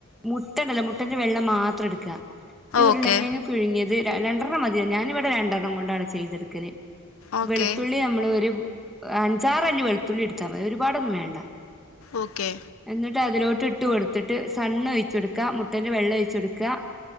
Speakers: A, in the centre; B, on the left (about 80°).
A: മുട്ടണ്ടല്ലോ മുട്ടന്റെ വെള്ള മാത്രം എടുക്ക ഈ ഉരുളങ്കേങ്ങ്
B: ഓക്കെ
A: പിഴുങ്ങിയത് രണ്ടെണ്ണം മതി ഞാനിവിടെ രണ്ടെണ്ണം കൊണ്ടാണ് ചെയ്തെടുക്കെല്
B: ഓക്കെ
A: വെളുത്തുള്ളി നമ്മള് ഒരു അഞ്ചാറല്ലി വെളുത്തുള്ളി എടുത്താൽ മതി ഒരുപാടൊന്നും വേണ്ട
B: ഓക്കേ
A: എന്നിട്ട് അതിലോട്ട് ഇട്ട് കൊടുത്തിട്ട് സൺ ഒഴിച്ചൊട്ക്ക മുട്ടന്റെ വെള്ള ഒയ്ച്ചൊട്ക്ക